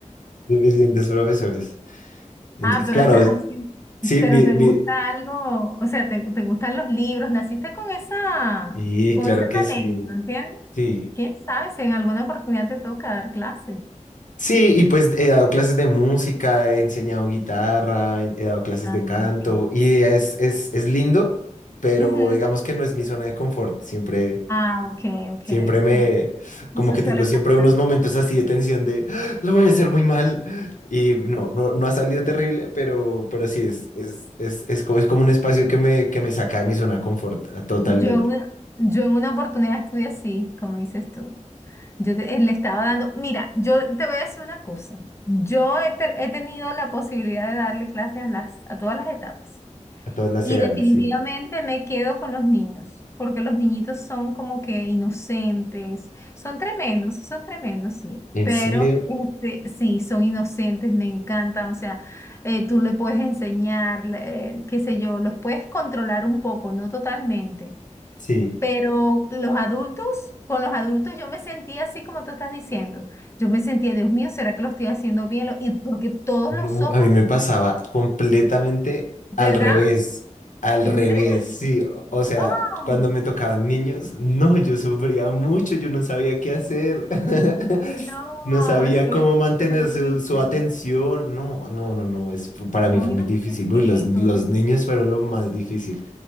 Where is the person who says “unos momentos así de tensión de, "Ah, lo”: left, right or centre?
Left